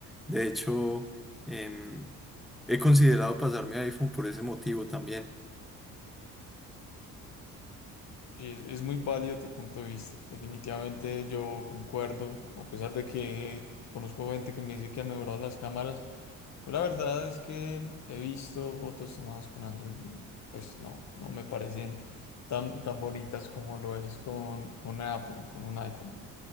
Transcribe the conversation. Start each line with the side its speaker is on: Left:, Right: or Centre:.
Centre: De hecho, em, He considerado pasarme a iPhone por ese motivo también.
Left: Sí, es, es muy válido tu punto de vista. Definitivamente yo concuerdo, a pesar de que conozco gente que me dice que ha mejorado las cámaras. Yo la verdad es que he visto fotos tomadas con Android y pues no, no me parecen tan, tan bonitas como lo es con, con Apple, con un iPhone.